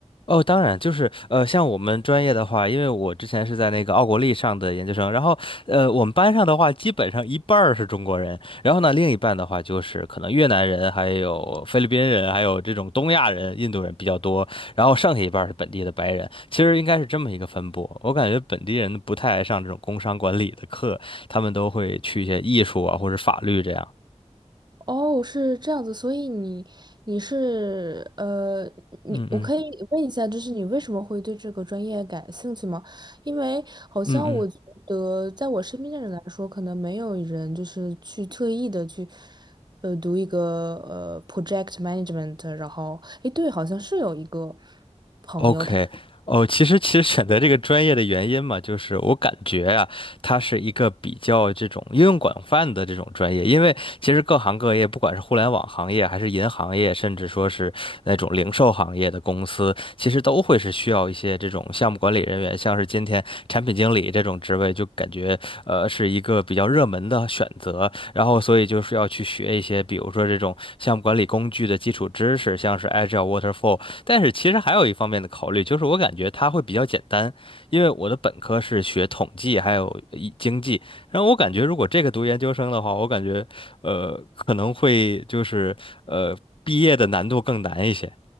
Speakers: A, on the left; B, on the right.
A: 哦，当然，就是呃，像我们专业的话，因为我之前是在那个奥国立上的研究生，然后呃，我们班上的话，基本上一半儿是中国人，然后呢，另一半的话就是可能越南人、还有菲律宾人、还有这种东亚人、印度人比较多，然后剩下一半儿是本地的白人，其实应该是这么一个分布。我感觉本地人不太爱上这种工商管理的课，他们都会去一些艺术啊或者法律这样。
B: 哦，是这样子，所以你你是呃，你我可以问一下，
A: 嗯嗯
B: 就是你为什么会对这个专业感兴趣吗？因为好像我觉得，
A: 嗯嗯。
B: 在我身边的人来说，可能没有人就是去特意的去呃读一个呃 project management，然后诶，对，好像是有一个朋友。
A: OK，
B: 他。
A: 哦，其实其实选择这个专业的原因嘛，就是我感觉啊，它是一个比较这种应用广泛的这种专业，因为其实各行各业，不管是互联网行业，还是银行业，甚至说是那种零售行业的公司，其实都会是需要一些这种项目管理人员，像是今天产品经理这种职位，就感觉呃是一个比较热门的选择。然后所以就是要去学一些，比如说这种项目管理工具的基础知识，像是 Agile、Waterfall。但是其实还有一方面的考虑，就是我感觉它会比较简单，因为我的本科是学统计还有一经济，然后我感觉如果这个读研究生的话，我感觉呃可能会就是呃毕业的难度更难一些。